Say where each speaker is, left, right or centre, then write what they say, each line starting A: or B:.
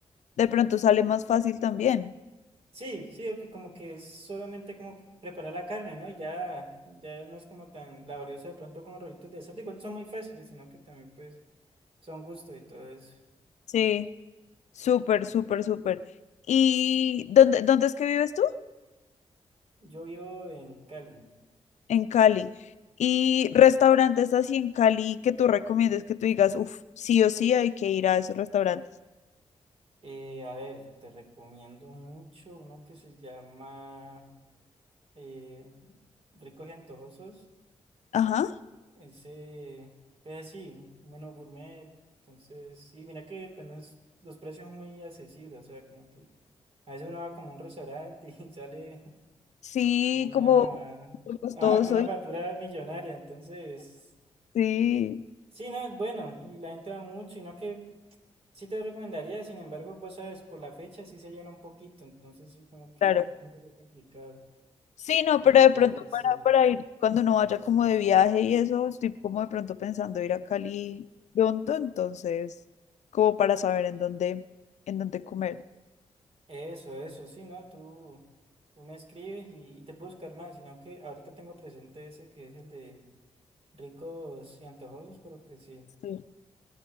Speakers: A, on the left; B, on the right.
A: de pronto sale más fácil también.
B: sí, sí, porque como que es solamente como preparar la carne, ¿no? Y ya, ya no es como tan laborioso de pronto con los rollitos de cerdo, igual son muy fáciles, sino que también pues son gusto y todo eso.
A: Sí, súper, súper, súper. ¿Y dónde, dónde es que vives tú?
B: Yo vivo en Cali.
A: en Cali. Y restaurantes así en Cali que tú recomiendes que tú digas, uff, sí o sí hay que ir a esos restaurantes.
B: Eh, a ver, te recomiendo mucho uno que se llama eh, ricos y antojosos.
A: Ajá,
B: Ese, pues sí, menos gourmet. Entonces, sí, mira que pues, no es- los precios son muy accesibles. O sea, como que a veces uno va como a un restaurante y <laughs> sale
A: sí,
B: una,
A: como costoso.
B: ah, con una
A: y-
B: factura millonaria. Entonces,
A: Sí,
B: sí, no, es bueno. Y la gente va mucho. Y no que sí te recomendaría, sin embargo, vos sabes, por la fecha sí se llena un poquito. Entonces, sí, como que
A: claro.
B: un poco complicado.
A: Sí, no,
B: Y
A: pero de pronto
B: sí.
A: para, para ir, cuando uno vaya como de viaje y eso, estoy como de pronto pensando ir a Cali pronto, entonces, como para saber en dónde, en dónde comer.
B: Eso, eso, sí, ¿no? Tú, tú me escribes y, y te puedo buscar más, sino que ahorita tengo presente ese que es el de ricos y antojosos, pero pues sí.
A: Sí.